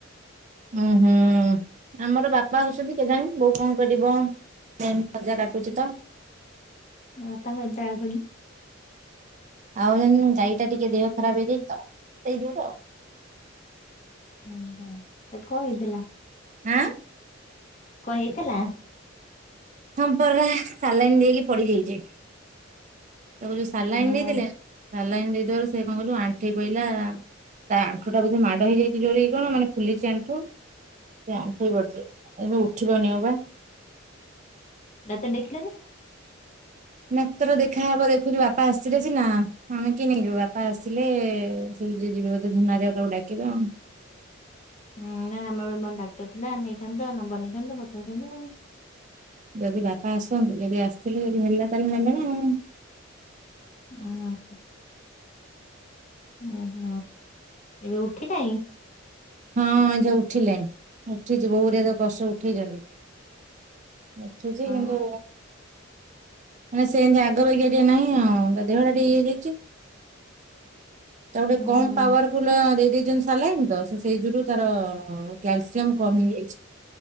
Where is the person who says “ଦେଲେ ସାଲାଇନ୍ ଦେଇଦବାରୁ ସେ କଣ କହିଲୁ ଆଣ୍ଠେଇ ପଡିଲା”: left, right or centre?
Right